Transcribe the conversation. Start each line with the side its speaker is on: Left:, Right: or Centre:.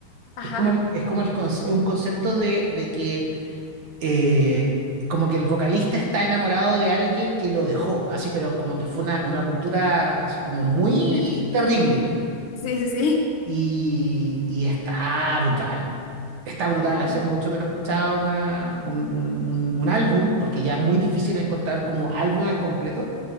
Left: Ajá.
Right: Es como el, es como el conce- un concepto de, de que eh, como que el vocalista está enamorado de alguien que lo dejó, así, pero como que fue una, una ruptura así como muy
Left: Ya.
Right: terrible.
Left: Sí, sí, sí.
Right: y, y está brutal. Está brutal.
Left: Ujú.
Right: Hace mucho que no escuchaba una, un, un- un- un álbum, porque ya es muy difícil encontrar como álbumes completos,